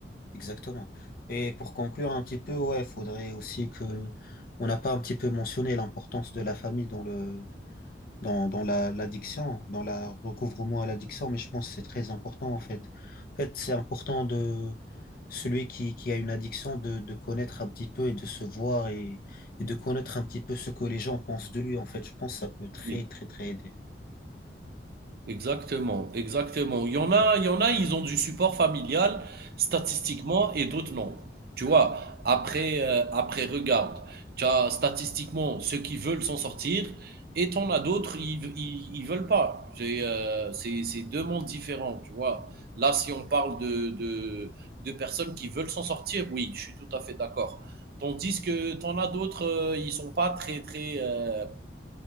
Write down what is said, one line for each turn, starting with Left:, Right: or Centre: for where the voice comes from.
Left: Exactement. Et pour conclure un petit peu, ouais, faudrait aussi que on n'a pas un petit peu mentionné l'importance de la famille dans le dans, dans la l'addiction, dans la recouvrement à l'addiction, mais je pense que c'est très important en fait. En fait, c'est important de celui qui, qui a une addiction de, de connaître un petit peu et de se voir et, et de connaître un petit peu ce que les gens pensent de lui. En fait, je pense que ça peut très
Right: Oui.
Left: très très aider.
Right: Exactement, exactement. Il y en a, il y en a, ils ont du support familial statistiquement et d'autres non. Tu vois, après, euh, après, regarde, tu as statistiquement ceux qui veulent s'en sortir et t'en as d'autres, ils, ils, ils veulent pas. C'est, euh, c'est, c'est deux mondes différents, tu vois. Là, si on parle de, de, de personnes qui veulent s'en sortir, oui, je suis tout à fait d'accord. Tandis que t'en as d'autres, euh, ils sont pas très, très, euh,